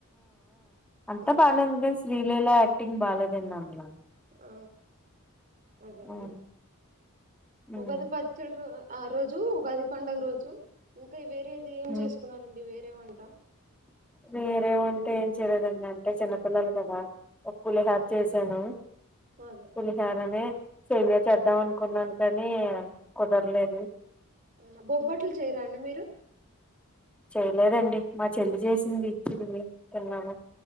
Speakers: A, in the centre; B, on the right.
A: అంత
B: ఆ
A: బానే
B: మా
A: ఉంది కానీ శ్రీలీల యాక్ట్ టింగ్ బాలేదు అండి అందుల
B: ఆ అదేనండి
A: ఆ, హ్మ్,
B: ఉగాది పచ్చెడు ర ఆ రోజు ఉగాది పండుగ రోజు ఇంకా వేరు. ది ఏం
A: హ్మ్.
B: చేసుకున్నారండి వేరు ఎ వంట
A: వేరే వంటే ఏం చేయలేదండి అంటే చిన్నపిల్లలు కదా ఒక పులిహోర
B: అమ్మ
A: చేసాను
B: అదే
A: పులిహోర నే సేమ్యా చేద్దాం అనుకున్నాను కానీ కుదార్లేదు
B: అవున బొబ్బట్లు చేయరా అండి మీరు
A: చేయలేదండి మా చెల్లి చేసింది ఇచ్చింది తిన్నాము.